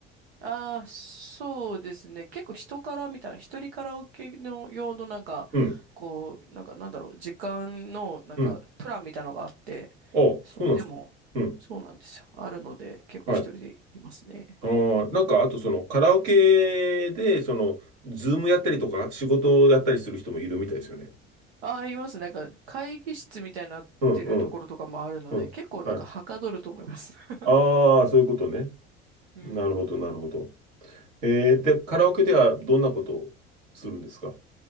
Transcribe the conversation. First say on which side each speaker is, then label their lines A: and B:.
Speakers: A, on the right; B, on the right.
A: ああ、そうですね。結構人から見たら、一人カラオケの用のなんか、
B: うん、
A: こう、なんかなんだろう、時間のなんか、
B: うん。
A: プランみたいなのがあって、
B: ああ、
A: それでも、
B: そうなんですか。うん、
A: そうなんですよ。あるので、結構一人でいますね。
B: はい。ああ、なんか、あとそのカラオケで、その、ズームやったりとか、仕事をやったりする人もいるみたいですよね。
A: ああ、いますね。なんか、会議室みたいになってるところとかもあるので、
B: うん、うん、うん。
A: 結構なんか、
B: はい。
A: はかどると思います。<laughs>
B: ああ、そういうことね。
A: うん。
B: なるほど、なるほど。えー、で、カラオケではどんなことをするんですか